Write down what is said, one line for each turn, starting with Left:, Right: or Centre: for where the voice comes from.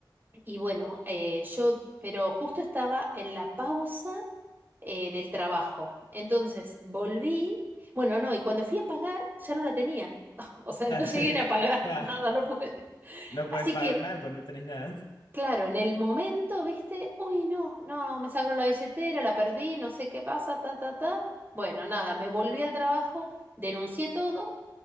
Right: y bueno, eh, yo, pero justo estaba en la pausa eh, del trabajo. Entonces volví, bueno, no, y cuando fui a pagar ya no la tenía. <laughs> O sea,
Left: <laughs>
Right: no llegué ni a pagar
Left: claro.
Right: <laughs> nada, no pude.
Left: No podés
Right: Así
Left: pagar
Right: que,
Left: nada, pues no tenés nada.
Right: claro, en el momento, viste, uy, no, no, me sacaron la billetera, la perdí, no sé qué pasa, ta, ta, ta. Bueno, nada, me volví al trabajo, denuncié todo